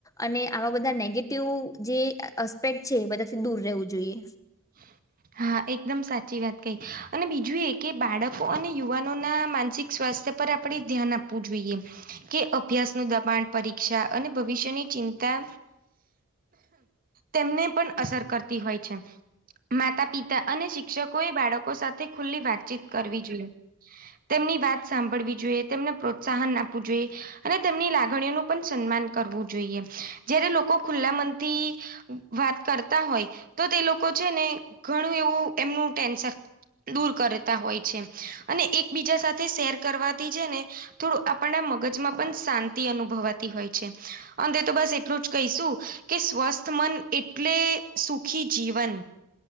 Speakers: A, on the left; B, on the right.
A: અને આવા બધા નેગેટિવ જે અસ્પેક્ટ છે એ બધાથી દૂર રહેવું જોઈએ.
B: <inaudible> હા એકદમ સાચી વાત કહી અને બીજું એ કે બાળકો અને યુવાનોના માનસિક સ્વાસ્થ્ય પર આપણે ધ્યાન આપવું જોઈએ. કે અભ્યાસ નુ દબાણ પરીક્ષા અને ભવિષ્યની ચિંતા તેમને પણ અસર કરતી હોય છે. માતા પિતા અને શિક્ષકોએ બાળકો સાથે ખુલ્લી વાતચીત કરવી જોઈએ. તેમની વાત સાંભળવી જોઈએ તેમને પ્રોત્સાહન આપવું જોઈએ. અને તેમની લાગણીઓનું પણ સન્માન કરવું જોઈએ જયારે લોકો ખુલ્લા મનથી, વાત કરતા હોય તો તે લોકો છે ને ઘણું એવું એમનું ટેન્શન દૂર કરતા હોય છે અને એકબીજા સાથે શેર કરવાથી જે ને, થોડું આપણને મગજમાં પણ શાંતિ અનુભવાતી હોય છે અંતે તો બસ એટલું જ કહીશું. કે સ્વસ્થ મન એટલે સુખી જીવન,